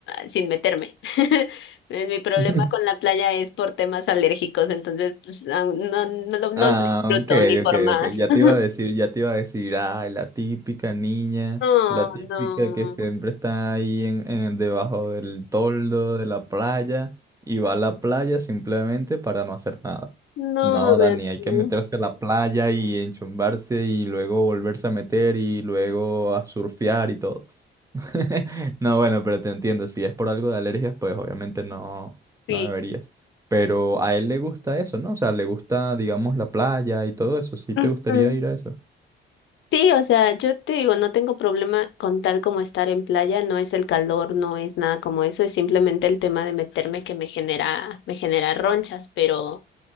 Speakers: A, on the left (about 70°); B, on the right (about 15°).
A: sin meterme. <laughs> Mi problema
B: <laughs>
A: con la playa es por temas alérgicos, entonces pues, aún no, no, lo- no
B: Ah,
A: lo disfruto
B: ok,
A: ni por
B: ok,
A: más.
B: ok. Ya
A: <laughs>
B: te iba a decir, ya te iba a decir, ay, la típica niña,
A: No,
B: la típica
A: no,
B: que siempre está ahí en, en debajo del toldo de la playa y va a la playa simplemente para no hacer nada.
A: no,
B: No,
A: Beto,
B: Dani, hay que meterse a la playa y enchumbarse y luego volverse a meter y luego a surfear y todo. <laughs> No, bueno, pero te entiendo, si es por algo de alergias, pues obviamente no,
A: sí.
B: no deberías. Pero a él le gusta eso, ¿no? O sea, le gusta, digamos, la playa y todo eso. ¿Sí te
A: <laughs>
B: gustaría ir a eso?
A: Sí, o sea, yo te digo, no tengo problema con tal como estar en playa, no es el calor, no es nada como eso, es simplemente el tema de meterme que me genera, me genera ronchas, pero,